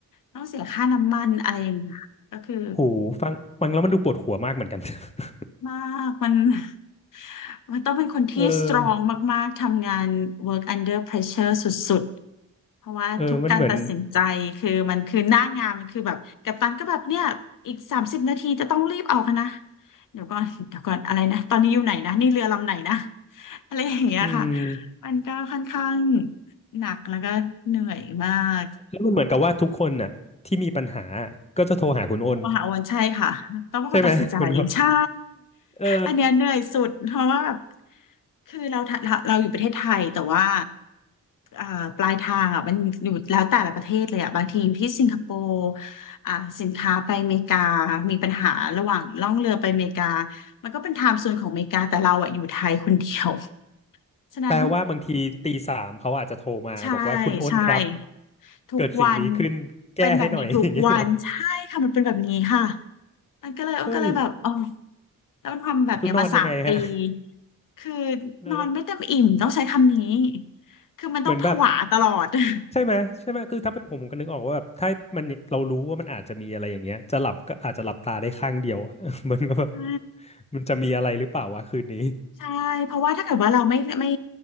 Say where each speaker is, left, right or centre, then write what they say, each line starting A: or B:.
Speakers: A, on the left; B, on the left.
A: ต้องเสียค่าน้ำมันอะไรอย่างเงี้ยก็คือ
B: หูฟังฟังแล้วมันดูปวดหัวมากเหมือนกัน <laughs>
A: มากมัน <laughs> มันต้องเป็นคนที่สตรองมากๆ
B: เออ
A: ทำงาน work under pressure สุดๆ เพราะว่าทุกการตัดสินใจคือมันคือหน้างานมันคือแบบกัปตันก็แบบเนี่ยอีกสามสิบนาทีจะต้องรีบออกนะ
B: เออมันเหมือน
A: เดี๋ยวก่อนเดี๋ยวก่อนอะไรนะตอนนี้อยู่ไหนนะนี่เรือลำไหนนะอะไรอย่างเงี้ยค่ะ
B: อืม
A: มันก็ค่อนข้างหนักแล้วก็เหนื่อยมาก
B: แล้วมันเหมือนกับว่าทุกคนน่ะที่มีปัญหาก็จะโทรหาคุณอ้น
A: โทรมาหาอ้วันใช่ค่ะต้องเป็นคนตัดสินใจใช่
B: ใช่ไหม <laughs> เหมือนกับเออ
A: อันเนี้ยเหนื่อยสุดเพราะว่าแบบคือเราทะเราเราอยู่ประเทศไทยแต่ว่าอ่าปลายทางอ่ะมันอยู่แล้วแต่ละประเทศเลยอ่ะบางทีอยู่ที่สิงคโปร์อ่าสินค้าไปอเมริกามีปัญหาระหว่างล่องเรือไปอเมริกามันก็เป็นไทม์โซนของอเมริกาแต่เราอ่ะอยู่ไทยคนเดียว <laughs> ฉะนั้น
B: แปลว่าบางทีตีสามเขาอาจจะโทรมาบอกว่าคุณอ้นครับ
A: ใช่ใช่ทุกวัน
B: เกิดสิ่งนี้ขึ้นแก้ให้หน่อย
A: เป็นแบบนี้ทุกวันใช่ค่ะมันเป็นแบบนี้ค่ะ
B: <laughs> อย่างเงี้ยเหรอ
A: มันก็เลยมันก็เลยแบบอ๋อ
B: เฮ้ย
A: ต้องทำแบบเนี้ยมาสามปี
B: แล้วนอนยังไงฮะ
A: คือ
B: แล้ว
A: นอนไม่เต็มอิ่มต้องใช้คำนี้ คือมันต้องผวาตลอด
B: เหมือนแบบ
A: <laughs>
B: ใช่ไหมใช่ไหมคือถ้าเป็นผมผมก็นึกออกว่าแบบถ้ามันเรารู้ว่ามันอาจจะมีอะไรอย่างเงี้ยจะหลับก็อาจจะหลับตาได้ข้างเดียวอะ <laughs> มันก็แบบ
A: ใช่
B: มันจะมีอะไรหรือเปล่าวะคืนนี้
A: ใช่เพราะว่าถ้าเกิดว่าเราไม่ไม่